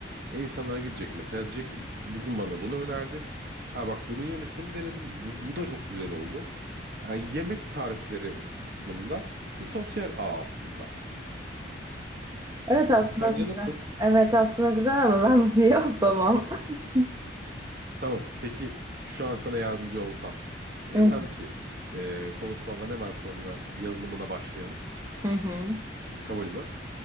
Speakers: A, on the right; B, on the right.
A: E insanlara gidecek mesela diyecek ki bugün bana bunu önerdi. Ha bak bunun yerine şunu denedim. Bu, bu da çok güzel oldu. Yani yemek tarifleri kısmında bir sosyal ağ aslında.
B: Evet aslında
A: Hmm, Sence
B: güzel.
A: nasıl?
B: Evet aslında güzel ama ben bunu <laughs> yapamam. <laughs>
A: Tamam. Peki şu an sana yardımcı olsam desem
B: Hı hı.
A: ki e, konuşmadan hemen sonra yazılımına başlayalım.
B: Hı hı.
A: Kabul mü?